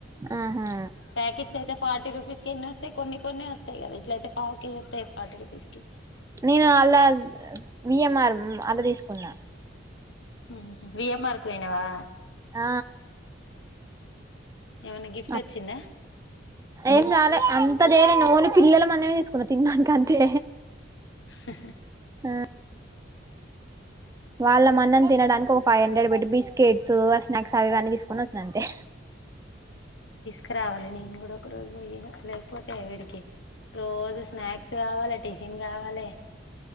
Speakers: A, on the right (about 20°); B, on the left (about 75°).
A: ఆహా
B: ప్యాకెట్స్ అయితే ఫార్టీ రూపీస్ కె ఎన్ని వస్తాయి. కొన్ని కొన్ని వస్తాయి కదా ఇట్లయి పావు కేజి వస్తాయి ఫార్టీ రూపీ వేస్కి
A: నేను అలాల్ అ విఎంఆర్మ్ అలా తీసుకున్నా
B: ఉహు విఎమార్కు ఓయ్నావా?
A: ఆ
B: ఏమైనా గిఫ్ట్
A: అ
B: వచ్చిందా
A: ఎంకాలే అంతలేదు నూను పిల్లలు మనమే తీసుకున్న తినడానిక అంతే
B: హ్హ్
A: ఆ వాళ్ళ మన్నని తినడానికి ఒక ఫైవ్ హండ్రెడ్ పెట్టి బిస్కెట్స్, స్నాక్స్ అవి ఇవన్నీ తీసుకుని వచ్చాను అంతే
B: క్రావాలి నేను కూడా ఒక రోజు పోయిన లేకపోతే వీడికి రోజు స్నాక్స్ కావాలిటి ఎన్ కావాలి